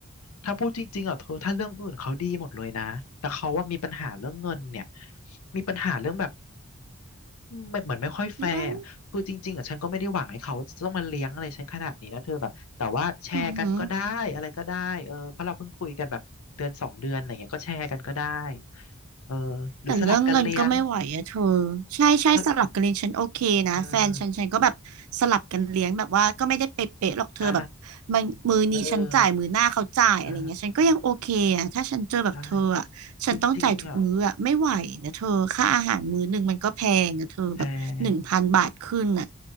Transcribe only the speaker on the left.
ถ้าพูดจริงๆอ่ะเธอถ้าเรื่องอื่นเขาดีหมดเลยนะแต่เขาว่ามีปัญหาเรื่องเงินเนี่ยมีปัญหาเรื่องแบบไม่เหมือนไม่ค่อยแฟร์อะคือจริงๆอ่ะฉันก็ไม่ได้หวังให้เขาจะต้องมาเลี้ยงอะไรฉันขนาดนี้นะเธอแบบแต่ว่าแชร์กันก็ได้อะไรก็ได้เออเพราะเราเพิ่งคุยกันแบบเดือนสองเดือนอะไรเงี้ยก็แชร์กันก็ได้
เออหรือสลับกันเลี้ยง
สลับเออใช่เออเออใช่จริงๆอ่ะแพง